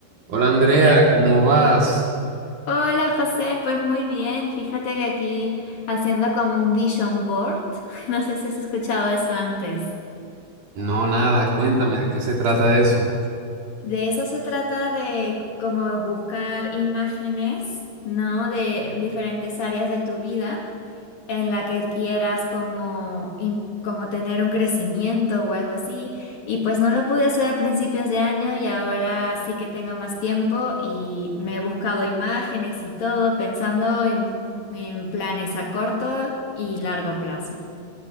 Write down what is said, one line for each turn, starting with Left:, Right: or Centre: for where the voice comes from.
Right: Hola Andrea,
Left: Hola,
Right: ¿cómo vas?
Left: hola José, pues muy bien. Fíjate que aquí haciendo como un vision board, <laughs> no sé si has escuchado eso antes.
Right: No, nada, cuéntame de qué se trata eso.
Left: De eso se trata de como buscar imágenes, ¿no? De diferentes áreas de tu vida. en la que quieras como, im- como tener un crecimiento o algo así. Y pues no lo pude hacer a principios de año y ahora sí que tengo más tiempo y me he buscado imágenes y todo pensando en, en planes a corto y largo plazo.